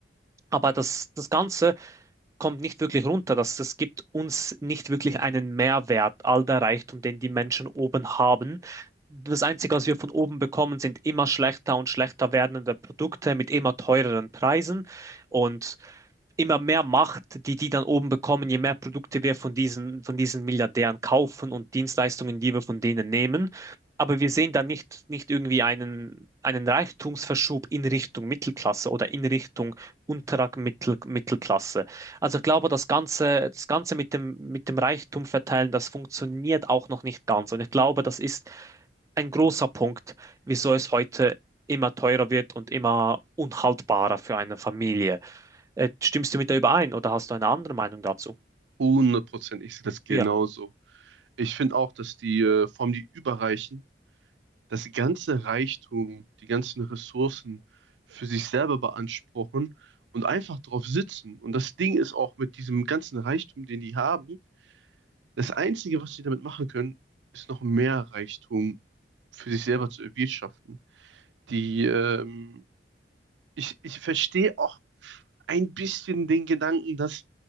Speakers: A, on the right (about 20°); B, on the right (about 80°).
A: Aber das, das Ganze kommt nicht wirklich runter. Das, das gibt uns nicht wirklich einen Mehrwert, all der Reichtum, den die Menschen oben haben. Das Einzige, was wir von oben bekommen, sind immer schlechter und schlechter werdende Produkte mit immer teureren Preisen. Und immer mehr Macht, die die dann oben bekommen, je mehr Produkte wir von diesen, von diesen Milliardären kaufen und Dienstleistungen, die wir von denen nehmen. Aber wir sehen da nicht, nicht irgendwie einen, einen Reichtumsverschub in Richtung Mittelklasse oder in Richtung unterer Mittel, Mittelklasse. Also ich glaube, das Ganze, das Ganze mit dem, mit dem Reichtum verteilen, das funktioniert auch noch nicht ganz. Und ich glaube, das ist ein großer Punkt, wieso es heute immer teurer wird und immer unhaltbarer für eine Familie. Äh, stimmst du mit der überein oder hast du eine andere Meinung dazu?
B: Hundert Prozent, ich sehe das genauso.
A: Ja,
B: Ich finde auch, dass die äh, vor allem die Überreichen das ganze Reichtum, die ganzen Ressourcen für sich selber beanspruchen und einfach drauf sitzen. Und das Ding ist auch mit diesem ganzen Reichtum, den die haben, das Einzige, was sie damit machen können, ist noch mehr Reichtum für sich selber zu erwirtschaften. Die, ähm, ich, ich verstehe auch ein bisschen den Gedanken, dass